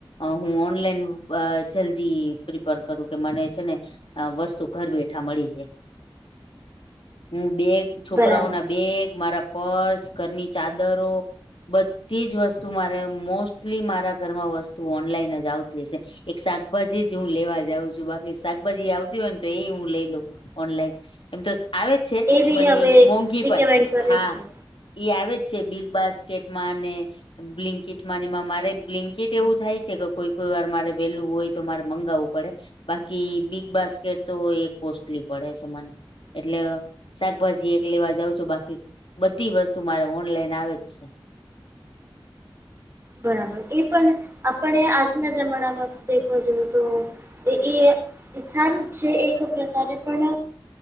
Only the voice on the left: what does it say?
અ હું ઓનલાઈન અ જલ્દી પ્રિપર કરું કે મને છે ને વસ્તુ ઘર બેઠાં મળી જાય હું બેગ છોકરાઓના
બેગ મારા પર્સ ઘરની ચાદરો બધી જ વસ્તુ મારે મોસ્ટલી મારા ઘરમાં વસ્તુ ઓનલાઈન જ આવતી હશે. એક શાકભાજી જ હું લેવા જાઉં છું બાકી શાકભાજી આવતી હોય ને તો એય હું લઈ લઉં ઓનલાઈન એમ તો ત આવે જ છે
પણ
એ મોંઘી
પડે
હાં
ઈ આવે જ છે બિગ બાસ્કેટમાં અને બ્લિન્કિટ માને એમાં મારે બ્લિન્કિટ એવું થાય છે કે કોઈ કોઈ વાર મારે વેલું હોય તો મારે મંગાવવું પડે બાકી બિગબાસ્કેટ તો એ કોસ્ટલી પડે છે મને એટલે શાકભાજી એક લેવા જાઉં છું બાકી બધી વસ્તુ મારે ઓનલાઈન આવે જ છે.